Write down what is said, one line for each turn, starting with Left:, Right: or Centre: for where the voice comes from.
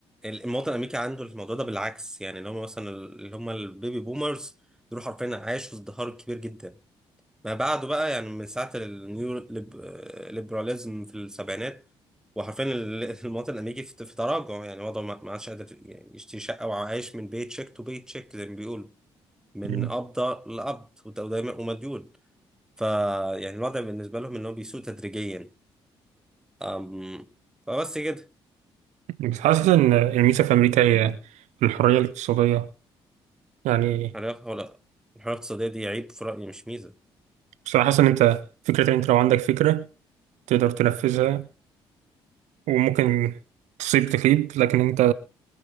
Centre: المواطن الامريكي عنده الموضوع ده بالعكس يعني اللي هم مثلا اللي هم البيبي بومرز دول حرفيا عاشوا ازدهار كبير جدا ما بعده بقى يعني من ساعه النيو ليب- ليبراليزم في السبعينات وحرفيا ال- <laughs> المواطن الامريكي في في تراجع يعني وضعه ما ما عادش قادر يعني يشتري شقه وعايش من بيت شيك تو بيت شيك زي ما بيقولوا من
Right: مم.
Centre: قبضه لقبض وده- ودايما ومديون فيعني الوضع بالنسبه لهم ان هو بيسوء تدريجيا أم، فبس كده
Right: بس حاسس إن الميزة في أمريكا هي الحرية الاقتصادية يعني
Centre: حرية ولا الحرية الاقتصادية دي عيب في رأيي مش ميزة
Right: بصراحة حاسس إن أنت فكرة إن أنت لو عندك فكرة تقدر تنفذها وممكن تصيب تخيب لكن انت